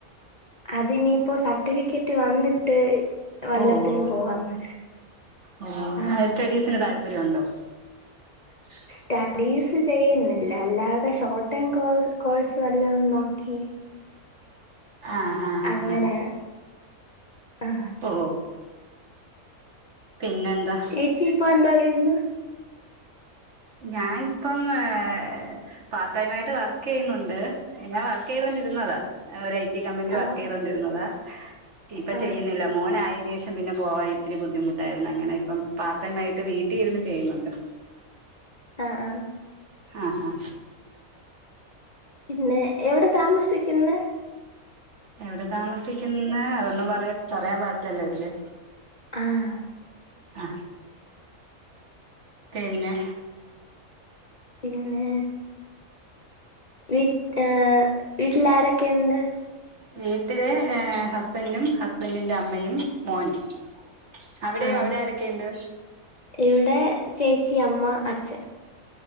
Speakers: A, on the left (about 40°); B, on the right (about 55°).
A: അതിനിയിപ്പോ സർട്ടിഫിക്കറ്റ് വന്നിട്ട്. വല്ലത്തിനും
B: ഓ ഓ
A: പോവാന്ന് വിചാ
B: ഓ
A: ആഹ്
B: ഹയർ സ്റ്റഡീസിന് താല്പര്യം ണ്ടോ. <inaudible>
A: സ്റ്റഡീസ് ചെയ്യുന്നില്ല അല്ലാതെ ഷോർട്ട് ടേം കോ കോഴ്സ് വല്ലോംന്ന് നോക്കി.
B: ആഹ് ഹാ ആഹ്
A: അങ്ങനെ
B: ഹാ.
A: ആഹ്
B: ഓ പിന്നെന്താ.
A: ചേച്ചി ഇപ്പെന്തോന്ന് ചെയ്യന്ന്
B: ഞാൻ ഇപ്പം ഏ. പാർട്ട് ടൈം ആയിട്ട് വർക്ക് ചെയ്യുന്നുണ്ട് ഞാൻ വർക്ക് ചെയ്തോണ്ടിരുന്നതാ. ഒരു ഐ ടി കമ്പനിയില്
A: ആഹ്
B: വർക്ക് ചെയ്തോണ്ടിരുന്നതാ. ഇപ്പൊ
A: ആഹ്
B: ചെയ്യുന്നില്ല മോനായതിന്ന് ശേഷം പിന്നെ പോവാൻ ഇത്തിരി ബുദ്ധിമുട്ടായിരുന്നു അങ്ങനെ ഇപ്പം പാർ ടൈംമായി. വീട്ടിൽ ഇരുന്ന് ചെയ്യുന്നുണ്ട്.
A: ആഹ് ആഹ്
B: ആഹാ
A: പിന്നെ എവിടെ താമസിക്കിന്നെ
B: എവിടെ താമസിക്കിന്നെ അതൊന്നും പറ പറയാൻ പാടില്ലല്ലോ ഇതില്
A: ആഹ്
B: ആഹ് പിന്നെ
A: പിന്നെ വീട് ഏഹ് വീട്ട്ൽ ആരൊക്കെണ്ട്
B: വീട്ടില് ഏഹ് ഹസ്‌ബൻഡും ഹസ്ബൻഡിൻ്റെ അമ്മെയും മോനും അവിടെയോ
A: ആഹ്
B: അവിടെ ആരെക്കേണ്ട്
A: ഇവിടെ ചേച്ചി അമ്മ അച്ഛൻ